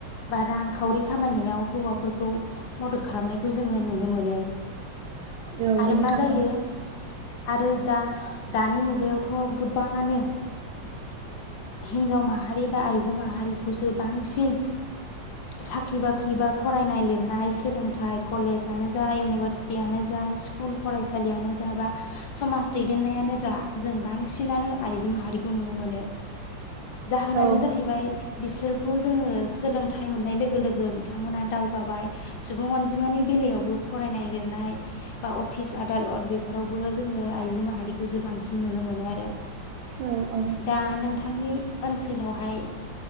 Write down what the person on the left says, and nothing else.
बा रांखावरि खामायनायाव हौवाफोरखौ मदद खालामनायखौ जोङो नुनो मोनो।
आरो
मा जायो आरो दा-दानि मुगायावथ' गो बाङानो हिनजाव माहारि बा आइजो माहारिखौसो बांसिन साख्रि बाख्रि बा फरायनाय लिरनाय सोलोंथाइ कलेजानो जा इउनिभारसिटि यानो जा स्कुल फरायसालियानो जा बा समाज दैदेननायानो जा जों बां सिनानो आइजो माहारिखौ नुनो मोनो। जाहोनानो
जाहैबाय बिसोरखौ जोङो सोलोंथाइ मोननाय लोगो लोगो बिथांमोना दावगाबाय सुबुं अनजिमानि बेलायावबो फरायनाय लिर नाय बा अफिस दालत बेफोरावबो जोङो आइजो माहारिखौ जो बांसिन नुनो मोनो आरो
दा नोंथांनि ओनसोलावहाय